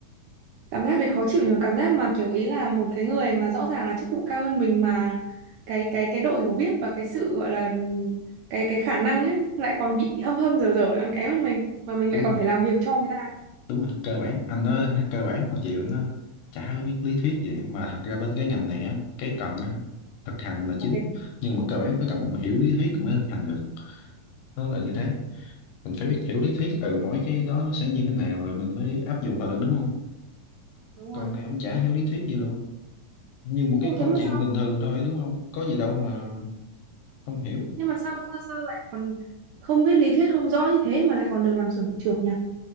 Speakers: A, on the right; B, on the left.
A: cảm giác đấy khó chịu nhờ cảm giác mà kiểu ý là một cái người mà rõ ràng là chức vụ cao hơn mình mà cái cái cái độ hiểu biết và cái sự gọi là cái cái khả năng ấy lại còn bị hâm hâm dở dở lại còn kém hơn mình mà mình
B: đúng
A: lại
B: không
A: còn phải làm việc cho người ta
B: đúng rồi cơ bản anh nói cơ bản mà chịu nó chả có miếng lý thuyết vậy, mà thật ra bên cái ngành này á cái cần á thực hành là chính
A: là cái
B: nhưng mà cơ bản phải cần một hiểu lý thuyết mới thực hành được nó là như thế mình phải biết hiểu lý thuyết ừ mỗi cái đó nó sẽ như thế nào rồi mình mới áp dụng vào được đúng không
A: đúng
B: con
A: rồi
B: này ông chả hiểu lý thuyết gì luôn như một
A: ô
B: cái
A: thế
B: câu
A: mà
B: chuyện
A: sao
B: bình thường thôi đúng không có gì đâu mà không hiểu
A: nhưng mà sao sao sao lại còn không biết lý thuyết không rõ như thế mà lại còn được làm xưởng trưởng nhỉ